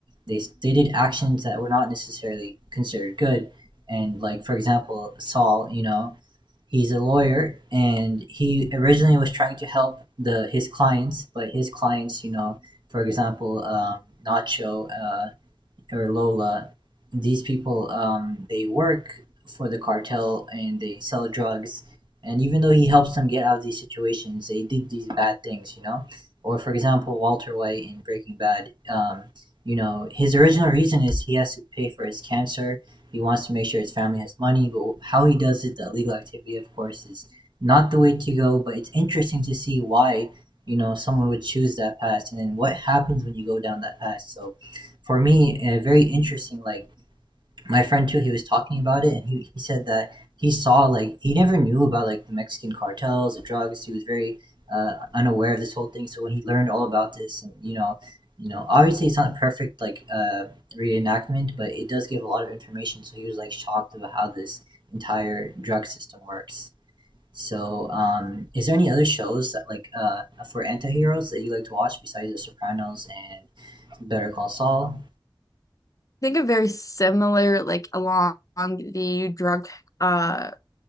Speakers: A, on the right; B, on the left.
A: they they did actions that were not necessarily considered good and like for example Saul you know he's a lawyer and he originally was trying to help the his clients but his clients you know for example um, Nacho uh, or Lola, these people um, they work for the cartel and they sell drugs. And even though he helps them get out of these situations, they did these bad things, you know. Or for example, Walter White in Breaking Bad, um, you know, his original reason is he has to pay for his cancer. He wants to make sure his family has money, but how he does it, the illegal activity, of course, is not the way to go. But it's interesting to see why you know someone would choose that path and then what happens when you go down that path so for me uh, very interesting like my friend too he was talking about it and he, he said that he saw like he never knew about like the mexican cartels the drugs he was very uh, unaware of this whole thing so when he learned all about this and you know you know obviously it's not perfect like uh, reenactment but it does give a lot of information so he was like shocked about how this entire drug system works so um is there any other shows that like uh for anti-heroes that you like to watch besides the sopranos and better call saul
B: think a very similar like along the drug uh